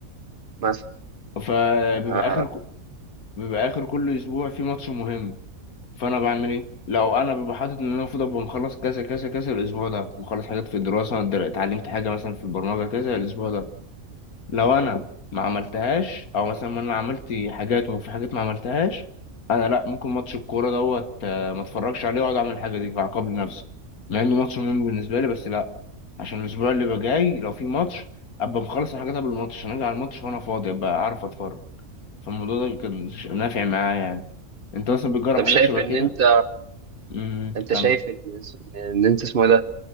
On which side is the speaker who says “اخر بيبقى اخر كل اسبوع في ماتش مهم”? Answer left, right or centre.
Left